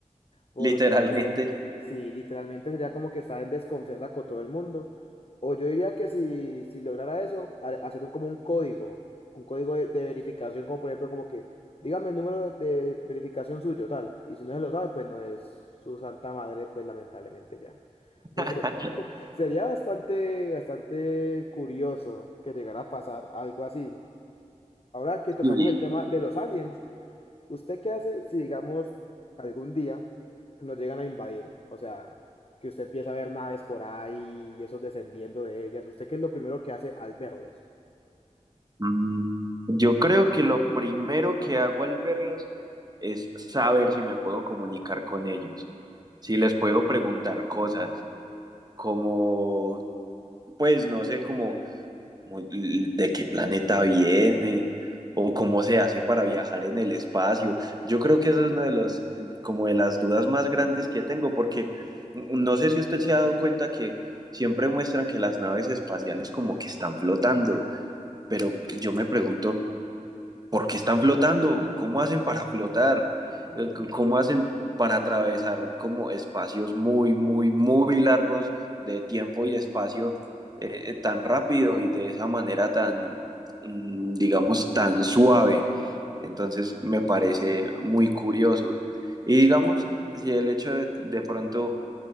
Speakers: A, on the left; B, on the right.
A: Porque
B: literalmente.
A: sí, literalmente sería como que está en desconfianza con todo el mundo. O yo diría que si, si lograra eso, ha- hacer un, como un código, un código de, de verificación, como por ejemplo, como que dígame el número de verificación suyo, tal. Y si no se lo sabe, pues no es su santa madre, pues lamentablemente ya. Pero
B: <laughs>
A: se- <laughs> sería bastante, bastante curioso que llegara a pasar algo así. Ahora que tocamos
B: Y
A: el tema de los aliens. ¿Usted qué hace si, digamos, algún día nos llegan a invadir? O sea, que usted empieza a ver naves por ahí y esos descendiendo de ellas. ¿Usted qué es lo primero que hace al verlos?
B: Mm, Yo creo que lo primero que hago al verlos es saber si me puedo comunicar con ellos, si les puedo preguntar cosas, como, pues no sé, como como de qué planeta vienen o cómo se hace para viajar en el espacio. Yo creo que eso es una de las, eh, como de las dudas más grandes que tengo, porque mm, no sé si usted se ha dado cuenta que siempre muestran que las naves espaciales como que están flotando, pero yo me pregunto ¿por qué están flotando? ¿Cómo hacen para flotar?
A: Entiendo,
B: Eh, c- ¿Cómo hacen para atravesar como espacios muy, muy, muy largos de tiempo y espacio eh, eh, tan rápido y de esa manera tan, mm, digamos, tan suave? Entonces me parece muy curioso. Y digamos, si el hecho de, de pronto